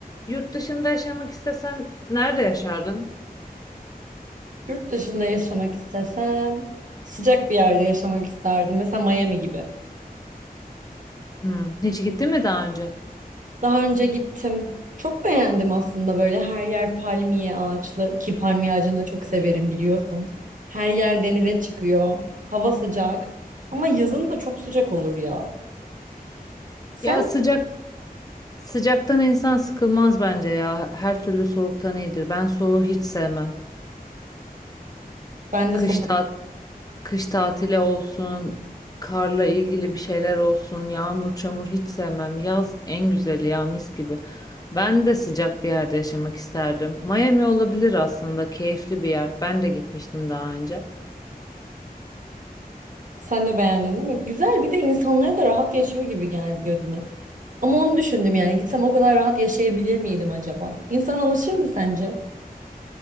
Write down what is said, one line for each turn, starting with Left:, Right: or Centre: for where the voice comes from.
Left: Yurt dışında yaşamak istesen nerede yaşardın?
Right: Yurt dışında yaşamak istesem sıcak bir yerde yaşamak isterdim. Mesela Miami gibi.
Left: Hmm, hiç gittin mi daha önce?
Right: Daha önce gittim. Çok beğendim aslında böyle her yer palmiye ağaçlı ki palmiye ağacını da çok severim biliyorsun. Her yer denize çıkıyor. Hava sıcak. Ama yazın da çok sıcak olur ya. Sen
Left: Ya sıcak sıcaktan insan sıkılmaz bence ya. Her türlü soğuktan iyidir. Ben soğuğu hiç sevmem.
Right: ben
Left: Kış
Right: de son
Left: ta kış tatili olsun, karla ilgili bir şeyler olsun, yağmur çamur hiç sevmem. Yaz en güzeli ya mis gibi. Ben de sıcak bir yerde yaşamak isterdim. Miami olabilir aslında, keyifli bir yer. Ben de gitmiştim daha önce.
Right: Sen de beğendin değil mi? Güzel bir de insanlara da rahat yaşıyor gibi geldi gözüme. Ama onu düşündüm yani gitsem o kadar rahat yaşayabilir miydim acaba? İnsan alışır mı sence?